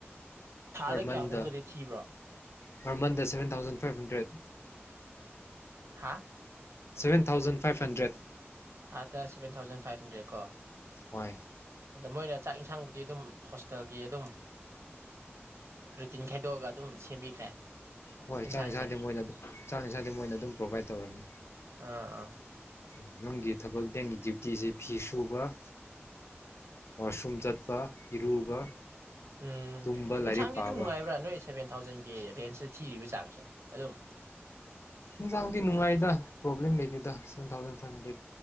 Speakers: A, on the right; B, on the left.
A: ꯊꯥꯗ
B: ꯄꯔ ꯃꯟꯗ
A: ꯀꯌꯥꯒꯨꯝꯕꯒꯗꯤ ꯊꯤꯕ꯭ꯔꯣ
B: ꯄꯔ ꯃꯟꯗ ꯁꯚꯦꯟ ꯊꯥꯎꯖꯟ ꯐꯥꯏꯚ ꯍꯟꯗ꯭ꯔꯦꯠ
A: ꯍꯥꯥ
B: ꯁꯚꯦꯟ ꯊꯥꯎꯖꯟ ꯐꯥꯏꯚ ꯍꯟꯗ꯭ꯔꯦꯠ
A: ꯊꯥꯗ ꯁꯦꯚꯦꯟ ꯊꯥꯎꯖꯟ ꯐꯥꯏꯚ ꯍꯟꯗ꯭ꯔꯦꯠ ꯀꯣ
B: ꯍꯣꯏ
A: ꯑꯗ ꯃꯣꯏꯅ ꯆꯥꯛ ꯌꯦꯟꯁꯥꯡꯕꯨꯗꯤ ꯑꯗꯨꯝ ꯇꯒꯤ ꯑꯗꯨꯝ ꯔꯨꯇꯤꯟ ꯈꯥꯏꯗꯣꯛꯑꯒ ꯑꯗꯨꯝ ꯁꯦꯝꯕꯤꯈ꯭ꯔꯦ
B: ꯍꯣꯏ
A: ꯏꯟꯁꯥꯡꯁꯦ
B: <unintelligible> <unintelligible> ꯃꯣꯏꯅ ꯑꯗꯨꯝ ꯄꯣꯚꯥꯏꯠ <unintelligible>
A: ꯑꯥ ꯑꯥ
B: ꯅꯪꯒꯤ ꯊꯕꯛ <unintelligible> ꯗ꯭ꯌꯨꯇꯤꯁꯦ ꯐꯤ ꯁꯨꯕ ꯃꯁꯔꯨꯝ ꯆꯠꯄ ꯏꯔꯨꯕ
A: ꯎꯝ ꯎꯝ
B: ꯇꯨꯝꯕ ꯂꯥꯏꯔꯤꯛ
A: ꯑꯦꯟꯁꯥꯡꯗꯤ
B: ꯄꯥꯕ
A: ꯑꯗꯨꯝ ꯅꯨꯡꯉꯥꯏꯕ꯭ꯔꯥ ꯅꯣꯏ ꯁꯚꯦꯟ ꯊꯥꯎꯖꯟꯒꯤ ꯔꯦꯟꯖ ꯊꯤꯔꯤꯕ ꯆꯥꯡꯁꯦ ꯑꯗꯨꯝ
B: <unintelligible> ꯖꯥꯡꯗꯤ ꯅꯨꯡꯉꯥꯏꯗ ꯄ꯭ꯔꯣꯕ꯭ꯂꯦꯝ ꯂꯩꯦꯗ ꯁꯚꯦꯟ ꯊꯥꯎꯖꯟ ꯐꯥꯏꯚ